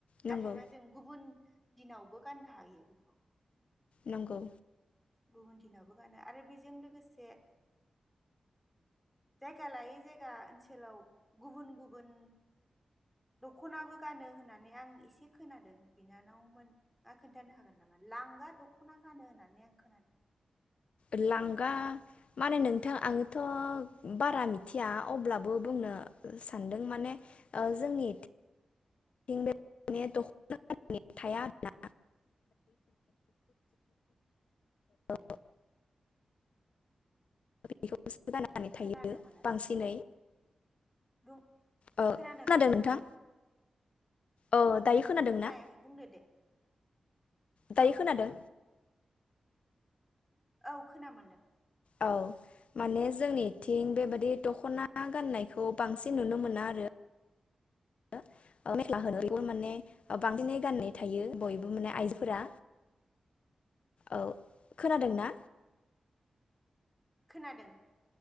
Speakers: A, in the centre; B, on the left.
A: नाथायबा
B: नंगौ
A: जों गुबुन दिनावबो गान्नो हायो बेखौ
B: नंगौ।
A: गुबुन दिनावबो गानो आरो बेजों लोगोसे जायगा लायै जायगा ओनसोलाव गुबुन गुबुन दख'नाबो गानो होननानै आं एसे खोनादों बिनानावमोना खोन्थानो हागोन नामा लांगा दख'ना गानो होननानै आं खोनादो
B: लांगा माने नोंथां आङोथ' बारा मिथिया अब्लाबो बुंनो सानदों माने ओ जोंनि इथिं <unintelligible> बे दख'ना होन्नानै थाया आरोना <unintelligible> बेखौसो गाननानै थायो
A: खोनानो मोनासै
B: बांसिनै
A: बुं
B: ओ
A: खोनानो
B: खोनादों
A: मोनाखै
B: नोंथां
A: बिनानाव
B: औ दायो
A: ओहो
B: खोनादों
A: खोनायाखै
B: ना
A: बुंदो दे
B: दायो
A: औ।
B: खोनादों
A: औ खोना मोनदों।
B: औ माने जोंनि इथिं बेबादि दख'ना गाननायखौ बांसिन नुनो मोना आरो मेख्ला होनो बेखौ माने बांसिनै गाननाय थायो बयबो माने आइजोफोरा औ। खोनादों
A: औ
B: ना?
A: खोनादों।